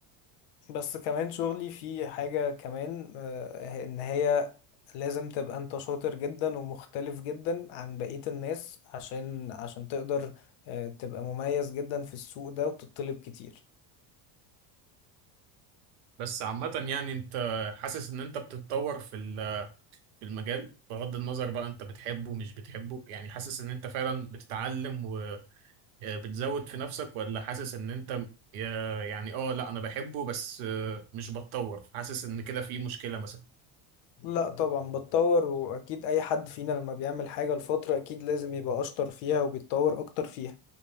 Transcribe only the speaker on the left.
بس كمان شغلي فيه حاجة كمان آه، ان هي لازم تبقى انت شاطر جدا ومختلف جدا عن بقية الناس عشان عشان تقدر آه، تبقى مميز جدا في السوق ده وتطلب كتير
لا طبعا بتطور واكيد اي حد فينا لما بيعمل حاجة لفترة اكيد لازم يبقى اشطر فيها وبيتطور اكتر فيها